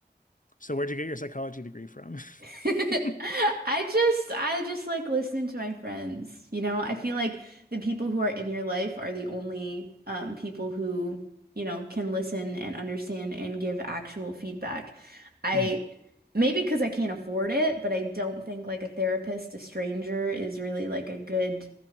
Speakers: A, on the left; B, on the right.
A: So where'd you get your psychology degree from?
B: <laughs>
A: <laughs>
B: I just I just like listening to my friends. You know, I feel like the people who are in your life are the only um people who, you know, can listen and understand and give actual feedback. I
A: Mhm.
B: Maybe because I can't afford it, but I don't think like a therapist, a stranger is really like a good